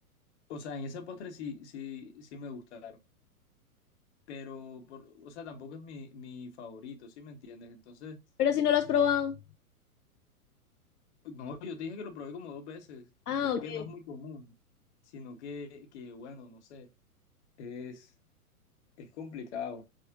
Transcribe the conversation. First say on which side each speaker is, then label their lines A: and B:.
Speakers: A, on the left (about 50°); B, on the left (about 80°).
A: o sea, en ese postre sí, sí, sí me gustaron, pero, por, o sea, tampoco es mi, mi favorito, ¿sí me entiendes? Entonces...
B: Pero si no lo has probado.
A: No, yo te dije que lo probé como dos veces,
B: Ah,
A: sino
B: ok.
A: que no es muy común, sino que, que bueno, no sé, es, es complicado,